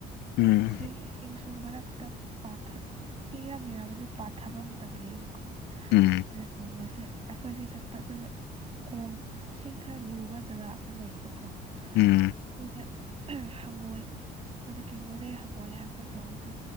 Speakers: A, on the left; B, on the right.
A: ꯎꯝ ꯎꯝ
B: ꯄꯨꯈ꯭ꯔꯤ ꯏꯁꯤꯡ ꯀꯤꯜꯁꯨ ꯃꯔꯛꯇ ꯄꯥꯊ ꯏꯁꯤꯡ ꯌꯥꯝ ꯌꯥꯝꯃꯗꯤ ꯄꯥꯊꯕ ꯃꯇꯝ ꯂꯩꯌꯦꯕꯀꯣ
A: ꯎꯝ
B: ꯑꯗꯨꯗ ꯅꯣꯡꯃꯁꯦ ꯑꯩꯈꯣꯏꯁꯦ ꯆꯠꯄ ꯑꯗꯨꯒ ꯊꯣꯡ ꯏꯁꯤꯡ ꯈꯔ ꯂꯨꯕ ꯖꯒꯥ ꯑꯃ ꯂꯩꯌꯦꯕꯀꯣ
A: ꯎꯝ
B: ꯑꯗꯨꯗ ꯍꯪꯉꯣꯏ ꯍꯧꯖꯤꯛꯀꯤ ꯃꯣꯔꯦ ꯍꯪꯉꯣꯏ ꯍꯥꯏꯕ ꯑꯆꯧꯕꯗꯨ